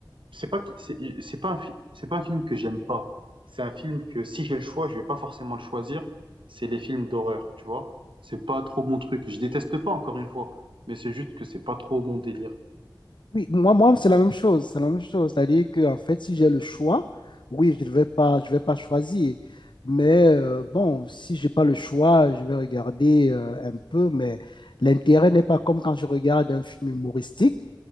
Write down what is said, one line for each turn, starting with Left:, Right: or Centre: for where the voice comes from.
Right: c'est pas que- c'est c'est pas un fi- c'est pas un film que j'aime pas. C'est un film que si j'ai le choix, je vais pas forcément le choisir. C'est les films d'horreur, tu vois. C'est pas trop mon truc. Je déteste pas encore une fois, mais c'est juste que c'est pas trop mon délire.
Left: Oui, moi, moi, c'est la même chose. C'est la même chose. C'est-à-dire que, en fait, si j'ai le choix, oui, je ne vais pas, je vais pas choisir. Mais euh, bon, si j'ai pas le choix, je vais regarder euh, un peu. Mais l'intérêt n'est pas comme quand je regarde un film humoristique